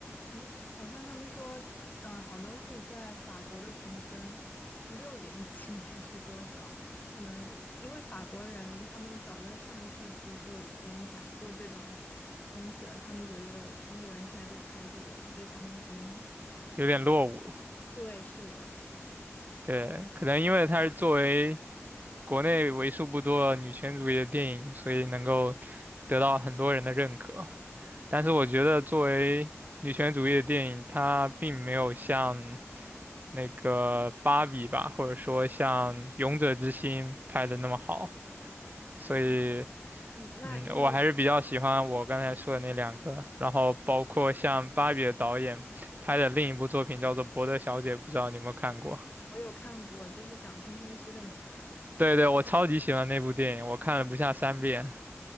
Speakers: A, on the left (about 35°); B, on the right (about 35°).
A: 嗯好像他们说，嗯，好东西在法国的评分是六点几 <laughs> 还是多少？可能因为法国人他们早在上个世纪就已经讲过这种东西了，他们觉得中国人现在在拍这个，对他们已经，
B: 有点落伍。
A: 对，是的，
B: 对，可能因为它是作为国内为数不多的女权主义的电影，所以能够得到很多人的认可。但是我觉得作为女权主义的电影，它并没有像那个《芭比》吧，或者说像《勇者之心》拍的那么好，所以
A: 嗯，那因为
B: 嗯，我还是比较喜欢我刚才说的那两个，然后包括像芭比的导演拍的另一部作品叫做《伯德小姐》，不知道你有没有看过？
A: 我有看过，就是讲青春期的女孩儿的，
B: 对对，我超级喜欢那部电影，我看了不下三遍。